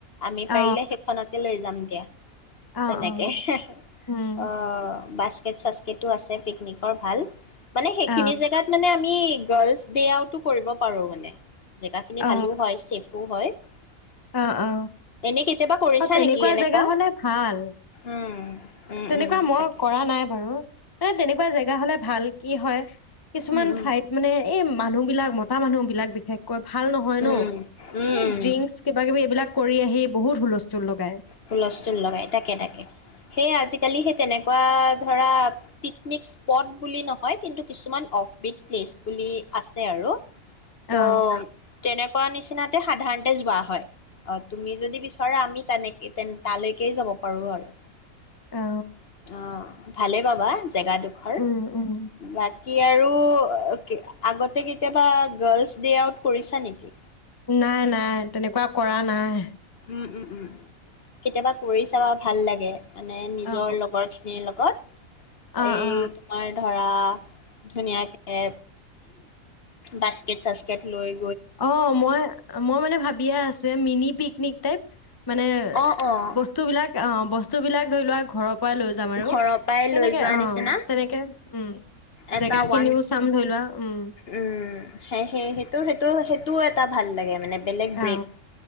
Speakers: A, on the left (about 50°); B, on the left (about 25°).
A: আমি
B: অ,
A: পাৰিলে সেইখনতে লৈ যাম <inaudible>
B: অ,
A: তেনেকে,
B: অ,
A: সে
B: উম,
A: অ' বাস্কেট-চাস্কেটো আছে পিকনিকৰ ভাল মানে সেইখিনি
B: অ,
A: জেগাত মানে আমি গাৰ্লছ ডে' আউটো কৰিব পাৰো মানে। জেগা খিনি
B: অ,
A: ভালো হয়, ছেফো হয়
B: অ,
A: উম,
B: অ,
A: এনে কেতিয়াবা কৰিছা
B: অ, তেনেকুৱা
A: নেকি এনেকুৱা?
B: জেগা হ'লে ভাল
A: উম। উম
B: তেনেকুৱা
A: উম
B: মই
A: তাকে
B: কৰা নাই বাৰ ৰু, এ তেনেকুৱা জেগা হলে ভাল, কি হয় কিছুমান
A: উম উম
B: ঠাইত মানে এই মানুহবিলাক মতা মানুহবিলাক বিশেষ কয়, ভাল নহয় ন'।
A: উম, উম,
B: এই ড্ৰিংকচ,
A: উম,
B: কিবা-কিবি এইবিলাক কৰি আহি বহুত হুলস্থুল লগায়।
A: হুলস্থুল লগায়, তাকে তাকে। সেই আজিকালি সেই তেনেকুৱা ধৰা, পিকনিক স্পট বুলি নহয়, কিন্তু কিছুমান অফবিট প্লেছ বুলি আছে আৰু। ত',
B: অ
A: তেনেক কোৱা নিচিনাকে সাধাৰণতে যোৱা হয়। অ', তুমি যদি বিচৰা আমি তেনেক তেন তালৈকে যাব পাৰোঁ আৰু।
B: অ
A: অ'। ভালে পাবা। জেগাডোখৰ।
B: উম উম
A: বাত কি আৰু, <unintelligible> আগতে কেতিয়াবা গাৰ্লছ ডে আউট কৰিছা নেকি?
B: নাই, নাই তেনেকুৱা কৰা নাই।
A: উম, উম, উম, উম। কেতিয়াবা কৰি চাবা ভাল লাগে। মানে নিজৰ
B: অ
A: লগৰখিনিৰ লগত।
B: অ
A: এই
B: অ
A: তোমাৰ ধৰা ধুনীয়াকে, বাস্কেট-চাস্কেটলৈ
B: অ', মই-মই মানে ভাবিয়ে আছোঁ, এ, মিনি পিকনিক <unintelligible> মানে এ,
A: অ', অ',
B: বস্তু বিলাক, অ', বস্তুবিলাক ধৰি লোৱা ঘৰ পুৱাই লৈ যাম আৰু।
A: ঘৰৰ পৰাই
B: তেনেকে
A: লৈ যোৱা
B: অ',
A: নিচিনা
B: তেনেকে উম,
A: এটা
B: জেগাখিনিও
A: ওৱান
B: চাম ধৰি লোৱা। উম
A: উম সেয়ে সেই সেইটো-সেইটো-সেইটোও এটা ভাল লাগে মানে বেলেগ
B: অ
A: ব্ৰেড।